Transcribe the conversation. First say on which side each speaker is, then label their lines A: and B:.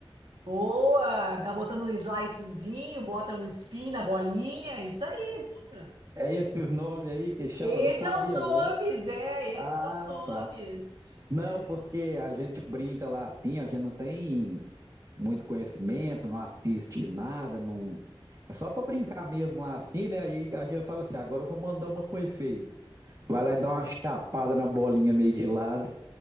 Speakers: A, on the right; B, on the right.
A: Boa. Dá botando um slicezinho, bota um spin na bolinha. Isso aí. boa.
B: É esses nomes aí que chama,
A: Esses
B: eu não sabia
A: são os nomes,
B: não.
A: é. Esses
B: Ah,
A: são os nomes.
B: tá. Não,
A: É,
B: porque a gente brinca lá assim, a gente não tem muito conhecimento, não assiste nada, não. É só para brincar mesmo lá assim, né? Aí a gente fala assim, agora eu vou mandar uma com efeito.
A: boa.
B: Vai lá e dá uma chapada na bolinha meio de lado.